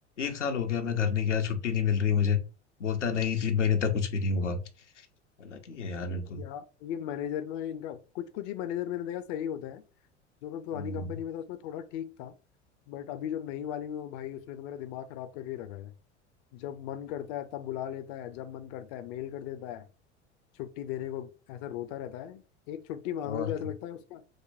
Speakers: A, on the left; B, on the left.
A: एक साल हो गया मैं घर नहीं गया छुट्टी नहीं मिल रही मुझे बोलता है नहीं तीन महीने तक कुछ भी नहीं होगा लगी है यार बिल्कुल
B: या ये मैनेजर में इनका कुछ कुछ ही मैनेजर मैंने देखा सही होता है जो मैं पुरानी
A: हम्म,
B: कंपनी में था उसमें थोड़ा ठीक था बट अभी जो नई वाली में हूँ भाई उसने तो मेरा दिमाग खराब करके ही रखा है जब मन करता है तब बुला लेता है जब मन करता है मेल कर देता है छुट्टी देने को ऐसा रोता रहता है एक छुट्टी मांग
A: और
B: लो तो ऐसा
A: क्या
B: लगता है उसका